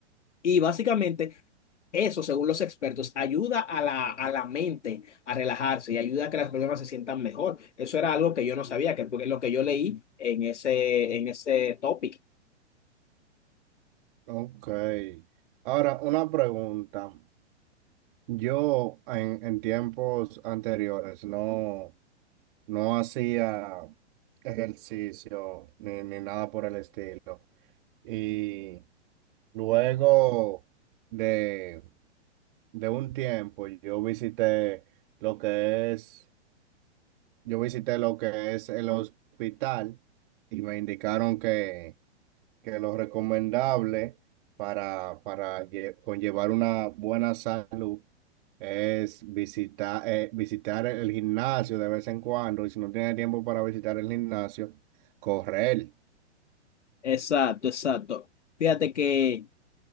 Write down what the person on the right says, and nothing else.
Ok. Ahora, una pregunta. Yo en, en tiempos anteriores no, no hacía ejercicio ni, ni nada por el estilo. Y luego de, de un tiempo yo visité lo que es Yo visité lo que es el hospital y me indicaron que, que lo recomendable para, para lle- conllevar una buena salud es visitar, eh, visitar el gimnasio de vez en cuando y si no tiene tiempo para visitar el gimnasio, correr.